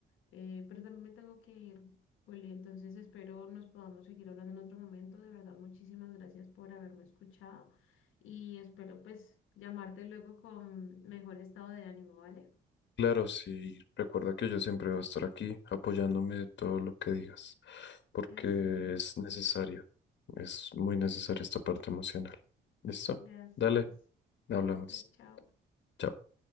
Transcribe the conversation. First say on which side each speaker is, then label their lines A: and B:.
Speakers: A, on the left (about 85°); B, on the left (about 65°).
A: eh, pero también me tengo que ir, Juli. Entonces espero nos podamos seguir hablando en otro momento. De verdad, muchísimas gracias por haberme escuchado y espero pues llamarte luego con mejor estado de ánimo, ¿vale?
B: Claro, sí, recuerda que yo siempre voy a estar aquí apoyándome de todo lo que digas, porque
A: Gracias,
B: es necesario, es muy necesaria esta parte emocional. ¿Listo?
A: gracias.
B: Dale, hablamos.
A: Cuídate, chao.
B: Chao.